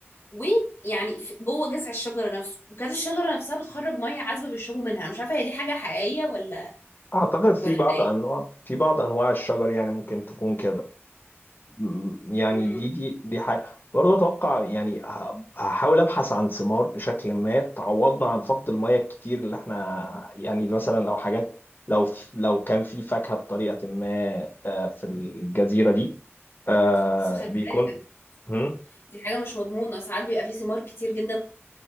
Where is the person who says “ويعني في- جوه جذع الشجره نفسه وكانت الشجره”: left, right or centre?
Left